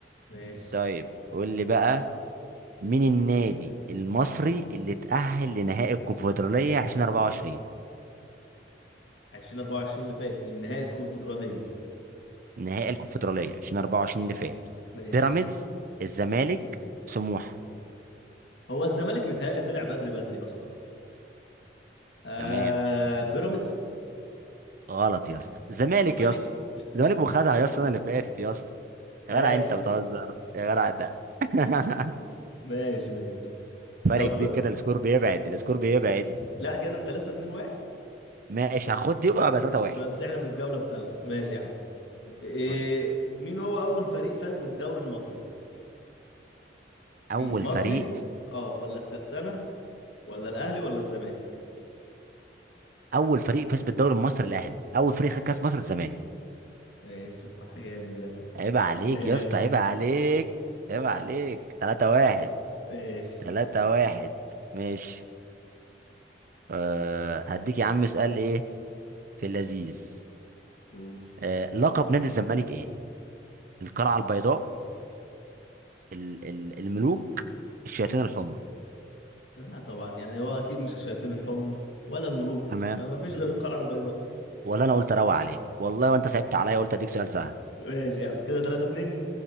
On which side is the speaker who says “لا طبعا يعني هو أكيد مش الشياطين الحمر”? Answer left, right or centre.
Left